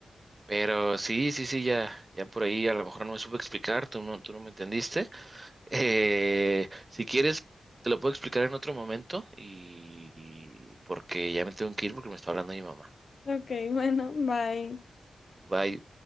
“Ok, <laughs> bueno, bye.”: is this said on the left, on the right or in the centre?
Left